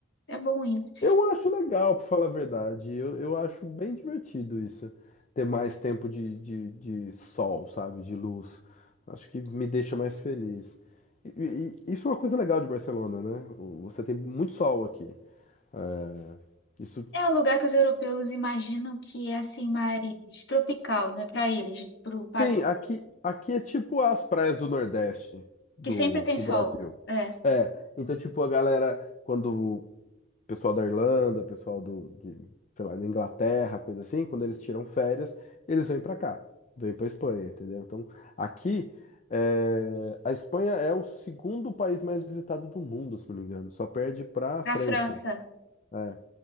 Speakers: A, on the left; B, on the left.
A: É bom isso.
B: Eu acho legal, pra falar a verdade. Eu, eu acho bem divertido isso. Ter mais tempo de, de, de sol, sabe? De luz. Acho que me deixa mais feliz. E, e- e isso é uma coisa legal de Barcelona, né? O- Você tem muito sol aqui. É, isso.
A: É um lugar que os europeus imaginam que é assim mais tropical, né? Para eles, pro padrão
B: Sim, aqui, aqui é tipo as praias do Nordeste do
A: que sempre tem
B: pro
A: sol.
B: Brasil.
A: É,
B: É, então tipo a galera, quando o pessoal da Irlanda, pessoal do, de, sei lá, da Inglaterra, coisa assim, quando eles tiram férias, eles vêm pra cá, vêm pra Espanha, entendeu? Então aqui, é, a Espanha é o segundo país mais visitado do mundo, se não me engano, só perde pra
A: pra
B: França.
A: França.
B: É,